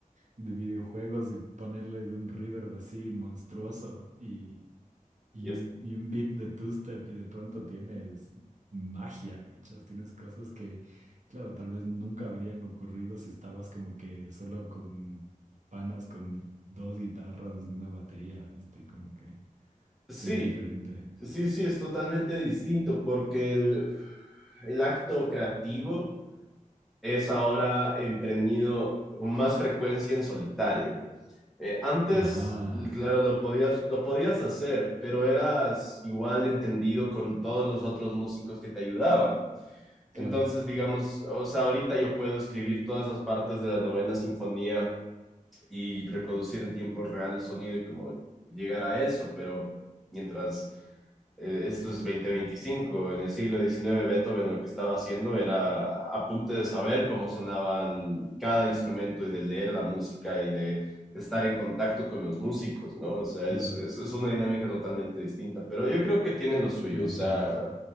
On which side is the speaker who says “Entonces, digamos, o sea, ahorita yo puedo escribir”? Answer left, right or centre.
Centre